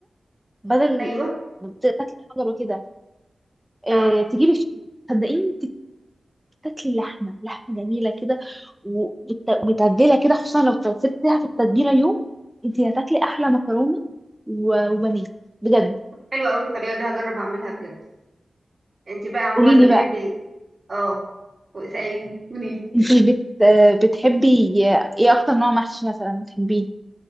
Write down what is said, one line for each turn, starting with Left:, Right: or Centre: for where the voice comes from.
Centre: بدل
Right: ايوه
Centre: ما تاكلي حجر وكده آه،
Right: اه
Centre: تجيبي الشيش صدقيني انت بتاكلي لحمه لحمه جميله كده و- وت- ومتبله كده خصوصا لو سبتيها في التتبيله يوم انت هتاكلي احلى مكرونه و- وبانيه بجد
Right: حلو قوي الطريقة دي هجرب اعملها بجد انتي بقى عموما
Centre: قولي
Right: بتحبي
Centre: لي بقى
Right: ال... اه واسأليني قوليلي
Centre: انت بت آه، بتحبي ايه اكتر نوع محشي مثلا بتحبيه